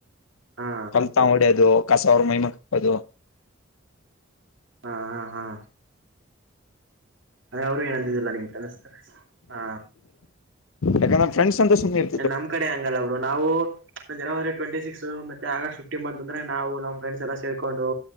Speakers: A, on the right; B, on the left.
A: ಹಾ
B: ಕಲ್ತಾಗಂದ ಹೊಡ್ಯದು. ಕಸ ಅವ್ರ ಮೈಮೇಲೆ ಹಾಕದು.
A: ಹಾ ಹಾ ಹಾ ಅದೇ ಅವರು ಏನುಂತಿದ್ದಿಲ್ಲ ನಿಮ್ಗೆ ಕನ್ನಿ <unintelligible> ಸ್ತಾರೆ ಹಾ
B: ಯಾಕಂದ್ರ ಫ್ರೆಂಡ್ಸ್ ಅಂತ ಸುಮ್ಮನೆ ಇರ್ತಾ
A: ನಮ್ಮ ಕಡೆ ನಾವು ಜನೇವರಿ ಟ್ವೆಂಟಿ ಸಿಕ್ಸ್ ಮತ್ತೆ ಆಗಸ್ಟ್ ಫೀಪ್ಟಿನ್ ಬಂತಂದ್ರೆ ನಾವು ನಮ್ಮ ಫ್ರೆಂಡಸ್ ಎಲ್ಲಾ ತಿಳ್ಕೊಂಡು